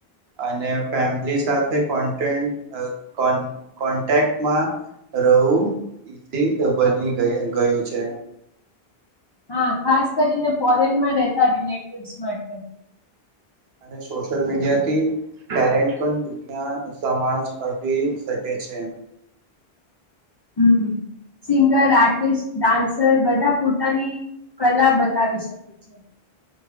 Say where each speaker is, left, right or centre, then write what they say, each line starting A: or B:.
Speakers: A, on the right (about 75°); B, on the left (about 40°).
A: અને ફેમિલી સાથે કોન્ટે કો કોન્ટેક્ટમાં, રહેવું ઈઝી બની ગયું છે.
B: હા ખાસ કરીને ફોરેનમાં રહેતા રિલેટિવ્સ માટે.
A: અને સોશિયલ મીડિયાથી ટેલેન્ટ પણ દુનિયા સમાજ આવી શકે છે.
B: હમ, સિંગર આર્ટિસ્ટ ડાન્સર બધા પોતાની કલા બતાવી શકે છે.